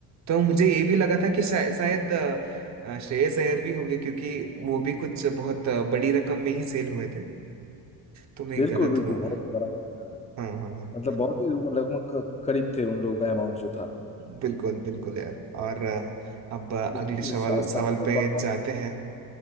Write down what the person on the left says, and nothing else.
बिल्कुल
बिल्कुल
बहुत बराबर हाँ।
मतलब बहुत ही लगभग क- करीब थे उन लोगों का अमाउंट जो था
लेकिन
ये
स्टार्क
का
परफॉर्म